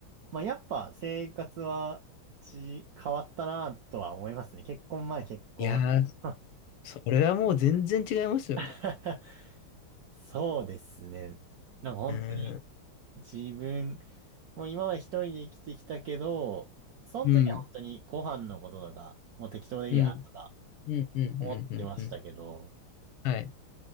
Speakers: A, on the right (about 75°); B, on the left (about 85°).
A: まあ、やっぱ生活はち変わったなとは思いますね。結婚前、結婚後。
B: いやー、それはもう全然違いますよね。
A: <laughs> そうですね。なんか本当に
B: うん。
A: 自分、もう今まで一人で生きてきたけど、その時は本当にご飯のこととか、
B: うん。
A: もう適当でいいやとか
B: うん。うんうんうんうんうん。
A: 思ってましたけど、
B: はい。